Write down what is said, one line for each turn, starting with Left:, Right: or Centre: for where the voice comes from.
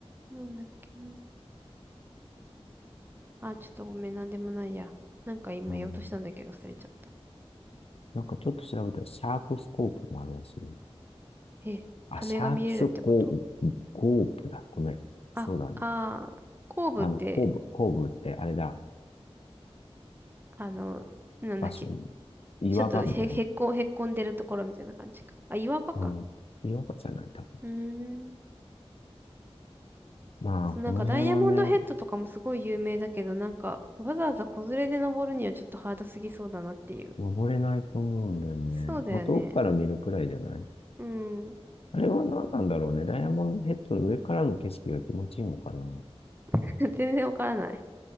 Right: なんだっけな。あ、ちょっとごめん、なんでもないや。なんか今言おうとしたんだけど忘れちゃった。
Left: た。うんなんかちょっと調べたら、シャークスコープもあるらしい。
Right: え、
Left: あ、
Right: サメが見れるってこと
Left: シャークスコープ、コープだ。ごめん。
Right: あ、
Left: そうだね。
Right: あー、後部って、
Left: あの、コーブ、コーブってあれだ。
Right: あの、なんだっけ。
Left: 場所に、岩場みたいな。
Right: ちょっとへ、へっこ、へっこんでるところみたいな感じか。あ、岩場か。
Left: うん。岩場じゃない、多分。
Right: うーん。
Left: まあ、
Right: あとなんかダイヤモンドヘッドとかもすごい有名だけど、
Left: この辺はね、
Right: なんかわざわざ子連れで登るにはちょっとハードすぎそうだなっていう。
Left: 登れないと思うんだよね。
Right: そうだよね。
Left: まあ、遠くから見るくらいじゃない
Right: うん。
Left: あれは何なんだろうね。ダイヤモンドヘッドの上からの景色が気持ちいいのかな。
Right: <laughs> 全然わからない。